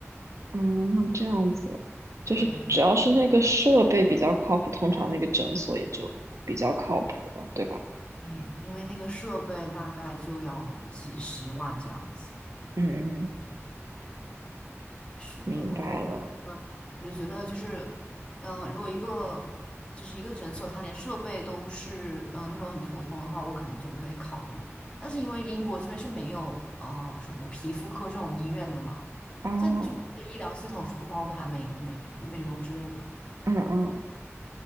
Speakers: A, on the right; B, on the left.
A: 嗯，这样子，就是只要是那个设备比较靠谱，
B: 对，我觉得
A: 通常那个诊所也就比较靠谱了，对吧？
B: 对，因为那个设备大概就要几十万这样子。
A: 嗯嗯，
B: 是的，
A: 明白了。
B: 然后我觉得，我就觉得就是，嗯、如果一个就是一个诊所，它连设备都是嗯、呃那种很普通的话，我肯定就不会考虑。但是因为英国这边是没有呃什么皮肤科这种医院的嘛，
A: 哦，
B: 在这边的医疗系统是不包含美容美美容之类的。
A: 嗯嗯